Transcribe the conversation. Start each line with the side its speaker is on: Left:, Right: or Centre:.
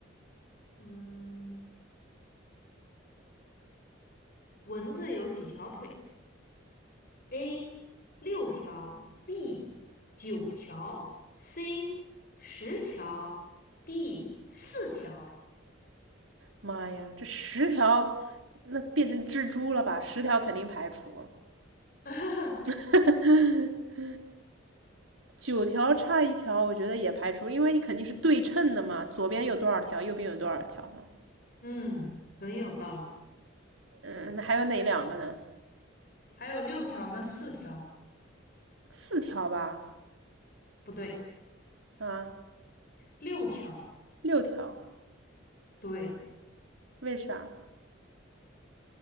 Left: 嗯，蚊子有几条腿？A 六条，B 九条，C 十条，D 四条。
Right: 妈呀，这十条那变成蜘蛛了吧？十条肯定排除，
Left: <laughs>
Right: <laughs> 九条差一条，我觉得也排除，因为你肯定是对称的嘛，左边有多少条，右边有多少条嘛。
Left: 嗯，很有道理。
Right: 嗯，那还有哪两个呢？
Left: 还有六条跟四条，
Right: 四条吧？
Left: 不对，
Right: 啊，
Left: 六条，
Right: 六条，
Left: 对。
Right: 为啥？